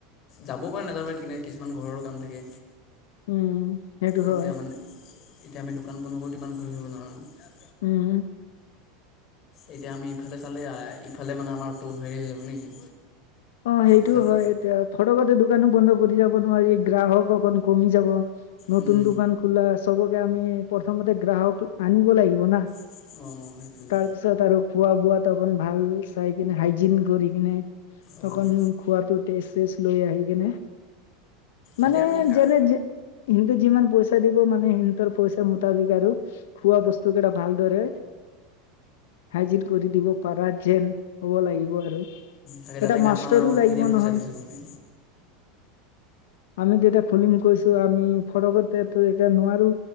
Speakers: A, on the left (about 35°); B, on the left (about 85°).
A: যাবও পাৰে নাযাব পাৰে কিছুমান ঘৰৰো কাম থাকে
B: উম, সেইটো
A: এতিয়া
B: হয়
A: মানে এতিয়া আমি দোকান বন্ধ কৰোঁ ইমান ঘূৰি ফুৰিব নোৱাৰোঁ
B: উম
A: এতিয়া আমি ইফালে চালে ইফালে মানে আমাৰতো হেৰি হৈ যাব নেকি।
B: অ সেইটোও
A: ইফালে
B: হয় এতিয়া ফটকতে দোকানো বন্ধ কৰি যাব নোৱাৰি। গ্ৰাহক অকন কমি যাব। নতুন
A: অঁ
B: দোকান খোলা চ'বকে আমি প্ৰথমতে গ্ৰাহক আনিব লাগিব না।
A: অ' সেইটোৱেই।
B: তাৰপিছত আৰু খোৱা বোৱাত অকন ভাল চাই কিনে হাইজিন কৰি কিনে
A: অঁ
B: অকন খোৱাটো টেষ্ট চেষ্ট লৈ আহি কিনে মানে
A: এতিয়া আমি কা
B: যেনে যে যিমান প'ইচা দিব মানে সিহতৰ প'ইচা মোতাবিক আৰু খোৱা বস্তু কেইটা ভালদৰে হাই'জিন কৰি দিব পাৰা যেন হ'ব লাগিব আৰু।
A: তাকে
B: এটা
A: যাতে
B: মাষ্টৰো
A: গাত নালাগক
B: লাগিব
A: এনেই পইচা
B: নহয়।
A: দিছোঁ বুলি
B: আমি তেতিয়া ফোন কৈছো আমি ফতকতে এতিয় নোৱাৰো